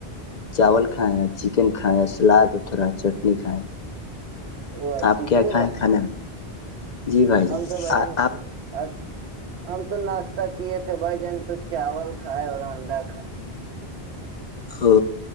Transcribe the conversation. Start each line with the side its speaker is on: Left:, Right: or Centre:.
Left: چاول کھائےیں چکن کھائے سلاد تھوڑا چٹنی کھائے
Right: اور
Left: آپ
Right: چکن
Left: کیا کھائیں
Right: بنا
Left: کھانے میں جی بھائی جان
Right: ہم تو بائی
Left: آ-
Right: جان
Left: آپ
Right: آج ہم تو ناشتہ کیے تھے بھائی جان تو چاول کھائے اور انڈا کھائے
Left: او